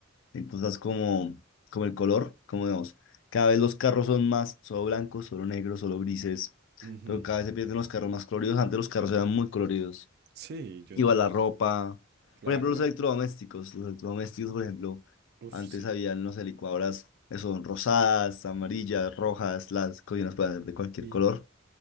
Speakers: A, on the left; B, on the right.
A: en cosas como, como el color, como digamos, cada vez los carros son más solo blancos, solo negros, solo grises,
B: Ujú.
A: pero cada vez se pierden los carros más coloridos. Antes los carros eran muy coloridos.
B: Sí, yo
A: Iba
B: no, yo
A: la
B: no.
A: ropa.
B: Claro,
A: Por ejemplo, los
B: la.
A: electrodomésticos. Los electrodomésticos, por ejemplo,
B: Uf,
A: antes
B: sí.
A: había, no sé, licuadoras que son rosadas, amarillas, rojas, las cocinas pueden ser de cualquier
B: Sí.
A: color.